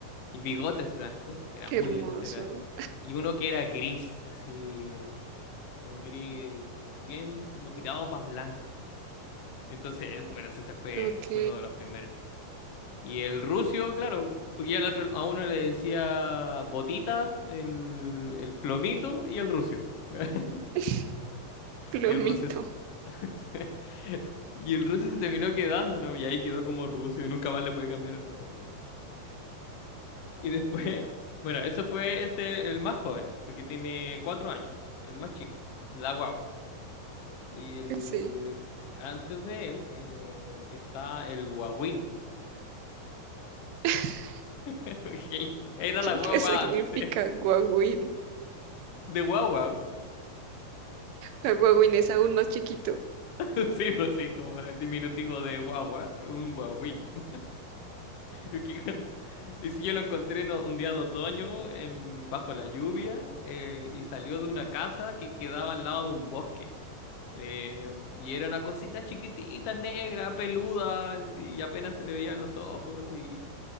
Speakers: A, on the left; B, on the right.
A: y bigotes blancos. Era
B: Qué
A: muy
B: hermoso.
A: lindo ese gato. Y uno que era gris, así, un gris bien como tirado para blanco. Entonces, eh, bueno, ese se fue,
B: Ok.
A: fue uno de los primeros. Y el rucio, claro, porque ya al otro- a uno le decía botitas, el, el plomito y el rucio. <laughs>
B: <laughs> Plomito.
A: Y el rucio se- <laughs> y el rucio se terminó quedando, ¿no? Y ahí quedó como rucio y nunca más le puede cambiar el nombre. Y después, <laughs> bueno, eso fue este, el más joven, porque tiene cuatro años, el más chico, la guagua. Y el,
B: Sí.
A: antes de él eh, está el guagüín,
B: <laughs>
A: <laughs> que era la guagua
B: ¿Qué significa
A: antes,
B: guagüín?
A: de guagua.
B: Ah, Guagüín es aún más chiquito.
A: <laughs> Sí, pues sí, como el diminutivo de guagua, un guagüín. <laughs> Es Que- con- <laughs> Y si yo lo encontré en o- un día de otoño en, bajo la lluvia eh, y salió de una casa que quedaba al lado de un bosque. Eh, y era una cosita chiquitita, negra, peluda, y apenas se le veían los ojos y,